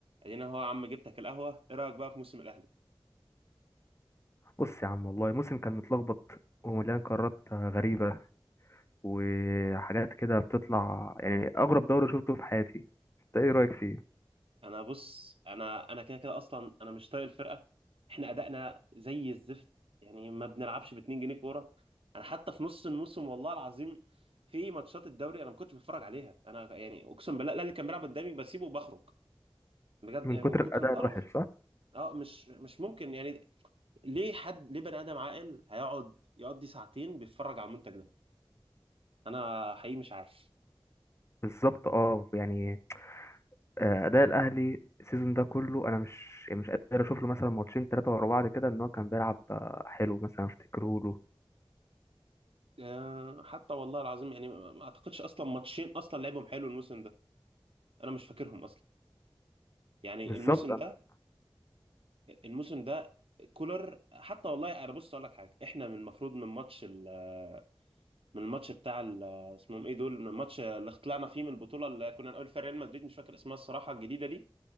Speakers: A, on the right; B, on the left.
A: ادينا هو يا عم جبتك القهوه ايه رايك بقى في موسم الاهلي
B: بص يا عم والله موسم كان متلخبط ومليان قرارات غريبة وحاجات كده بتطلع يعني أغرب دوري شفته في حياتي أنت إيه رأيك فيه؟
A: انا بص انا انا كده كده اصلا انا مش طايق الفرقه احنا ادائنا زي الزفت يعني ما بنلعبش ب 2 جنيه كوره انا حتى في نص الموسم والله العظيم في ماتشات الدوري انا ما كنتش بتفرج عليها انا يعني اقسم بالله الاهلي كان بيلعب قدامي بسيبه وبخرج بجد
B: من
A: يعني
B: كتر
A: من كتر
B: الأداء
A: القرف
B: الوحش صح؟
A: اه مش مش ممكن يعني ليه حد ليه بني ادم عاقل هيقعد يقضي ساعتين بيتفرج على المنتج ده انا حقيقي مش عارف
B: بالظبط أه يعني آه، أداء الأهلي السيزون ده كله أنا مش يعني مش قادر أشوف له مثلا ماتشين تلاتة ورا بعض كده إن هو كان بيلعب آه، حلو مثلا أفتكره له
A: آه، حتى والله العظيم يعني ما ما اعتقدش اصلا ماتشين اصلا لعبهم حلو الموسم ده انا مش فاكرهم اصلا يعني
B: بالظبط
A: الموسم
B: أنا
A: ده الموسم ده كولر حتى والله انا بص اقول لك حاجه احنا من المفروض من ماتش ال- من الماتش بتاع ال- اسمهم ايه دول من الماتش اللي طلعنا فيه من البطوله اللي كنا نقابل فيها ريال مدريد مش فاكر اسمها الصراحه الجديده دي